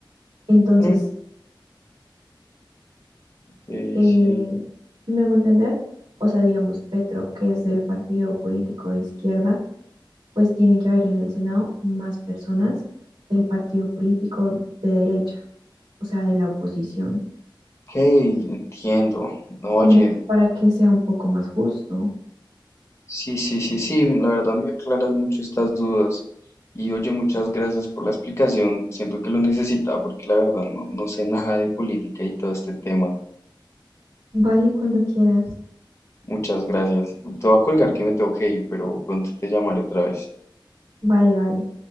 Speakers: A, on the right; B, on the left.
A: Entonces
B: ok, sí.
A: eh, si me hago entender, o sea, digamos, Petro, que es del partido político de izquierda, pues tiene que haber en el Senado más personas del partido político de derecha, o sea, de la oposición,
B: Ok, entiendo. Oye,
A: como para que sea un poco más justo.
B: sí, sí, sí, sí, la verdad me aclaras mucho estas dudas. Y oye, muchas gracias por la explicación. Siento que lo necesitaba porque la verdad no, no sé nada de política y todo este tema.
A: Vale, cuando quieras.
B: Muchas gracias. Te voy a colgar que me tengo que ir, pero pronto te llamaré otra vez.
A: Vale, vale.